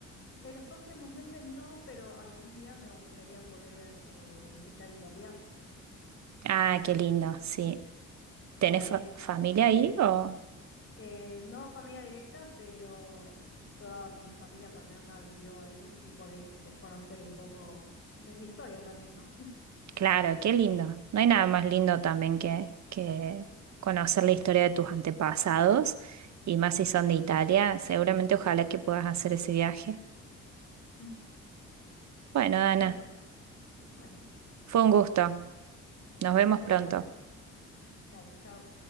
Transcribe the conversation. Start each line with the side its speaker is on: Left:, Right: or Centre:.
Left: En los próximos meses no, pero algún día me gustaría poder eh, visitar Italia,
Right: Ah, qué lindo, sí. ¿Tenés
Left: por ahí
Right: fa-
Left: visitar,
Right: familia ahí
Left: sí.
Right: o...?
Left: Eh, no familia directa, pero toda mi familia paterna vivió ahí y por ahí tipo conocer un poco de mi historia también, ¿no? <laughs>
Right: Claro, qué lindo. No hay nada más lindo también que, que conocer la historia de tus antepasados y más si son de Italia. Seguramente ojalá que puedas hacer ese viaje.
Left: Mm,
Right: Bueno, Dana,
Left: Bueno, bueno,
Right: fue un gusto. Nos vemos
Left: igualmente.
Right: pronto.
Left: Dale, chao.